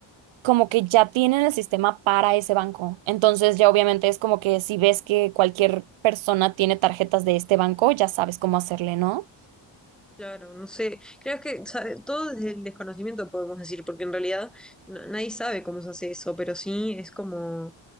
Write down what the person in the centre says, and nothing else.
Claro, no sé, creo que sabe, todo desde el desconocimiento podemos decir, porque en realidad na- nadie sabe cómo se hace eso, pero sí es como,